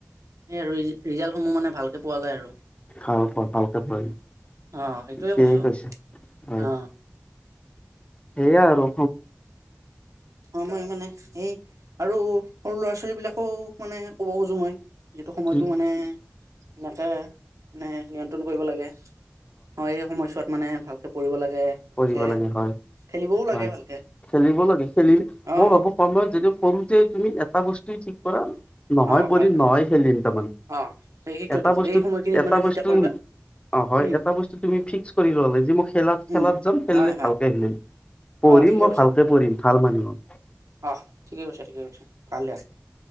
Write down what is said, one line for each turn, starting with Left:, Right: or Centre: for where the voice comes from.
Right: এই ৰি- ৰিজ্টসমূহ মানে ভালকৈ পোৱা যায় আৰু।
Left: অ, ভালকে পঢ়িম,
Right: অ সেইটোয়ে
Left: ঠিক
Right: কৈছো
Left: আছে, হয়।
Right: অ
Left: সেইয়া আৰু।
Right: অ, মই মানে, এই আৰু সৰু ল'ৰা- ছোৱালী বিলাকো মানে ক'ব খোজোঁ মই। যিহেতু সময়টো
Left: কি
Right: মানে ধুনীয়াকে মানে নিয়ন্ত্ৰণ কৰিব লাগে। হয়, এই সময়ছোৱাত মানে ভালকে পঢ়িব লাগে ভালকে,
Left: কৰিব লাগে হয়
Right: খেলিবওঁ লাগে
Left: হয়
Right: ভালকে।
Left: খেলিব লাগে, খেলি
Right: অ
Left: মই ভাবো সময়ত যদি কৰোতে তুমি এটা বস্তুৱে ঠিক কৰা নহয়
Right: অ
Left: পঢ়িম,
Right: হয় হয়
Left: নহয় খেলিম, তাৰমানে
Right: অ সেইটোৱেতো
Left: এটা বস্তু,
Right: এই সময়খিনিত
Left: এটা
Right: মানে যেতিয়া
Left: বস্তু
Right: কৰিবা
Left: অঁ, হয়।
Right: উম
Left: এটা বস্তু তুমি ফিক্স কৰি ললে যে মই খেলাত- খেলাত
Right: উম
Left: যাম, খেলিলে
Right: হয় হয়
Left: ভালকে খেলিম। পঢ়িম
Right: অ ঠিকে
Left: মই,
Right: কৈছা
Left: ভালকে পঢ়িম। মানুহ মানু্হ হম।
Right: অ ঠিকে কৈছা ঠিকে কৈছা ভাল দিয়া